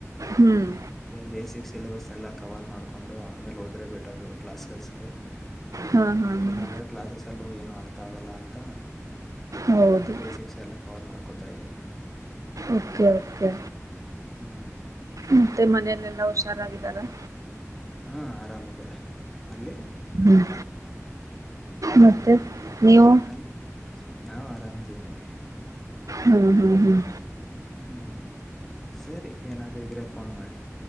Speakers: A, on the right; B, in the centre.
A: ಹ್ಮ್
B: ಬೇಸಿಕ್ ಸಿಲೆಬಸ್ ಕವರ್ ಮಾಡ್ ಕೊಂಡು ಆಮೇಲೆೋದ್ರೆ ಬೆಟ್ ಕ್ಲಸ್ಗೆ
A: ಹಾ ಹಾ ಹಾ
B: ಇಲ್ಲ ಅಂದ್ರೆ ಕ್ಲಾಸಸ್ಲ್ಲ ಅರ್ಥ ಆಗಲ್ಲ ಅಂತ ತ್ತ
A: ಹೌದು
B: ಬೇಸಿಕ್ಸ್ ಎಲ್ಲ ಕವರ್ ಮಾಡ್ತ ಗೊತ್ತಾ ಇದೆ
A: ಓಕೆ ಓಕೆ
B: ಹ್ಮ್
A: ಹ್ಮ್ಮ್ ಮತ್ತ ಮನೇಲೆಲ್ಲ ಹುಷಾರಾಗಿ ಹ್ಮ
B: ಹಾ ಆರಾಮಿದ್ದಾರೆ ಅಲ್ಲಿ
A: ಹ್ಮ್ ಮತ್ತೆ ನೀವು
B: ಅಲ್ಲಿ ನಾವು ಆರಾಮಿದ್ದೀವಿ ನೋಡಿ
A: ಹ್ಮ್ ಹ್ಮ್ ಹ್ಮ್
B: ಹ್ಮ್ ಸರಿ ಏನಾದ್ರೂ ಇದ್ರೆ ಫೋನ್ ಮಾಡಿ